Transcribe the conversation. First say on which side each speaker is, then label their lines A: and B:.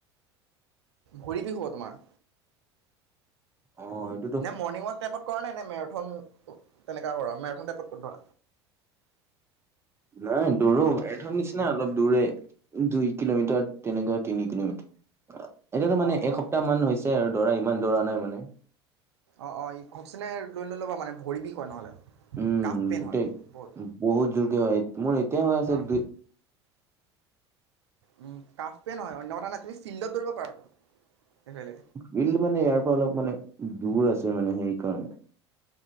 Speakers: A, on the right; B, on the right.
A: ভৰি বিষ হ'ব তোমাৰ।
B: অঁ।
A: নে মৰ্ণিং ৱাক টাইপত কৰা নাই নে, মেৰাথন তেনেকা কৰা মেৰাথন টাইপত কৰা।
B: নাই দৌৰো মেৰ্থন নিচিনা অলপ দৌৰে। দুই কিলোমিটাৰ তেনেকুৱা তিনি কিলোমিটাৰ। এতিয়াতো মানে
A: অঁ অঁ
B: এসপ্তাহ
A: ঠিকে।
B: মান হৈছে আৰু দৌৰা ইমান দৌৰা নাই মানে।
A: অ অ ইখচনে লৈ নল'বা মানে ভৰি বিষ হয়, নহ'লে।
B: উম,
A: কাফ পেইন
B: গোটেই
A: হয় বহুত
B: বহুত জোৰকে হয়, মোৰ এতিয়া হৈ আছে
A: অঁ
B: বিষ।
A: উম, কাফ পেন হয়, অন্য কথা নাই তুমি ফিল্ডত দৌৰিব পাৰাতো এইফালে।
B: ফিল্ড মানে ইয়াৰ পৰা অলপ মানে দূৰ আছে মানে সেইকাৰণে।